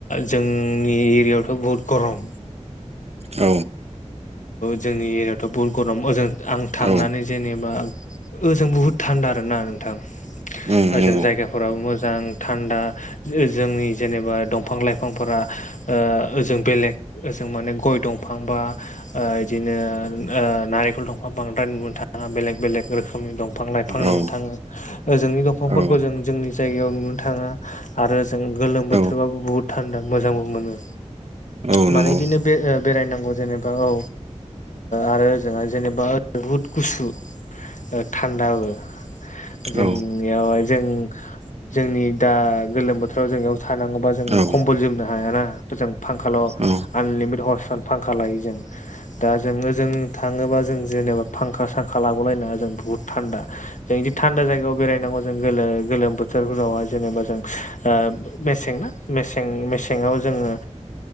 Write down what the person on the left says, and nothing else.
जों <unintelligible> जोंनि एरियायावथ' बहुत गरम।
जोंनि एरियाायावथ' बहुत गरम ओजों आं थांनानै
जेनेबा ओजों बुहुद थान्दा आरो ना नोंथां
ओजों
जायगाफोराबो मोजां। थान्दा जोंनि जेनेबा दंफां लाइफांफोरा ओ ओजों बेलेग ओ जों माने गय दंफां बा ओ-ओदिनो ओ नारेंखल दंफां बांद्राय नुगोन थां ओ बेलेक बेलेक रोखोमनि दंफां लाइफां नुनो
थाङो ओजोंनि दंफांफोरखौ
जों जोंनि जायगायाव नुनो थाङा आरो जों गोलोम बोथोरबाबो
बुहुत थान्दा मोजांबो मोनो।
माने
एदिनो बे-बेराय नांगौ। जेनेबा औ ओ आरो ओजोंहाय जेनेबा बुहुद गुसु ओ थान्दाबो जोंनियावहाय
जों जोंनि दा गोलोम बोथोराव जायगायाव थानांगौबा जोङो
कम्बल जोमनो हायाना जों। फांखाल'
आनलिमिटेड हरसान फांखा लायो जों दा जोङो ओजों थाङोबा जों जेनेबा फांखा सांखा लाबोलायनाङा जों बहुद थान्दा। जों इदि थान्दा जायगायाव बेरायनांगौ जों गोलो गोलोम बोथ थोरफोरावहाय जेनेबा जों ओ मेसें नासे मेसेङाव जोङो